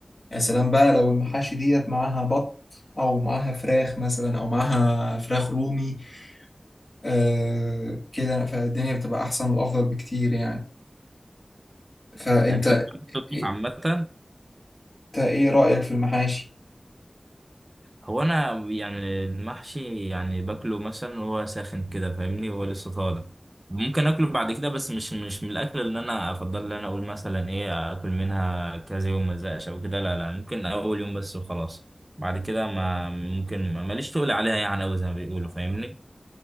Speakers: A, on the left; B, on the right.
A: يا سلام بقى لو المحاشي ديت معاها بط او معاها فراخ مثلا او معاها فراخ رومي آه كده فالدنيا بتبقى احسن وافضل بكتير يعني فانت
B: أنت بتطبخ
A: إيه،
B: عامة؟
A: انت ايه رايك في المحاشي
B: هو انا يعني المحشي يعني باكله مثلا وهو ساخن كده فاهمني وهو لسه طالع ممكن اكله بعد كده بس مش مش من الاكل اللي انا افضل ان انا اقول مثلا ايه اكل منها كذا يوم ما ازهقش او كده لا لا ممكن اول يوم بس وخلاص بعد كده ما ممكن ما- ماليش تقول عليها يعني أوي زي ما بيقولوا فاهمني